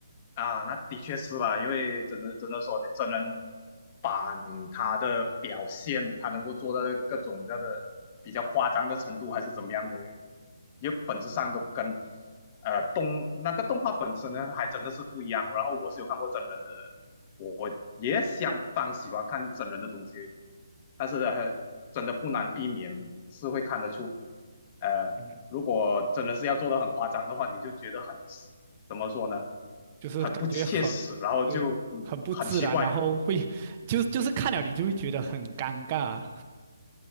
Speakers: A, on the left (about 30°); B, on the right (about 30°).
A: 啊，那的确是吧，因为真的真的说，你真人版他的表现，他能够做到各种各样的比较夸张的程度，还是怎么样的，因为本质上都跟呃动那个动画本身呢，还真的是不一样。然后我是有看过真人的，我我也相当喜欢看真人的东西，但是呃真的不难避免是会看得出。呃，
B: 嗯，
A: 如果真的是要做的很夸张的话，你就觉得很怎么说呢，
B: 就是感觉很，
A: 很不切实，然后就嗯很奇怪啊、
B: 对，很不自然，然后会就就是看了你就会觉得很尴尬，